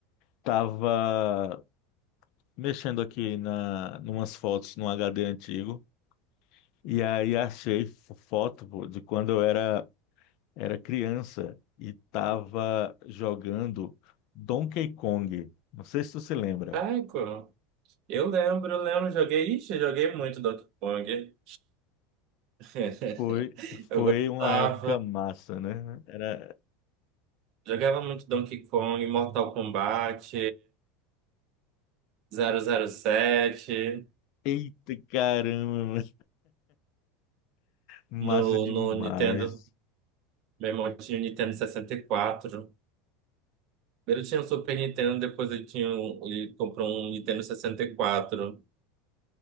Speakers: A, on the left (about 45°); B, on the right (about 40°).
A: Tava mexendo aqui na numas fotos num HD antigo e aí achei f- foto, pô, de quando eu era era criança e tava jogando Donkey Kong. Não sei se tu se lembra.
B: Ai, co- eu lembro, eu lembro, joguei, ixi, eu joguei muito Donkey Kong. <laughs>
A: Foi,
B: Eu
A: foi
B: gostava,
A: uma época massa, né? Era,
B: jogava muito Donkey Kong, Mortal Kombat, zero zero sete
A: eita caramba, massa
B: no,
A: demais.
B: no Nintendo, meu irmão tinha o Nintendo sessenta e quatro Ele tinha o Super Nintendo, depois ele tinha, um- ele comprou um Nintendo sessenta e quatro